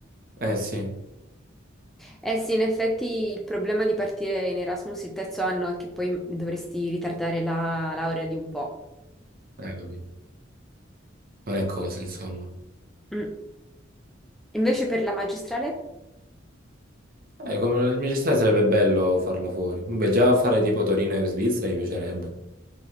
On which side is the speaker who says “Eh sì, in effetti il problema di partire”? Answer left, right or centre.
Centre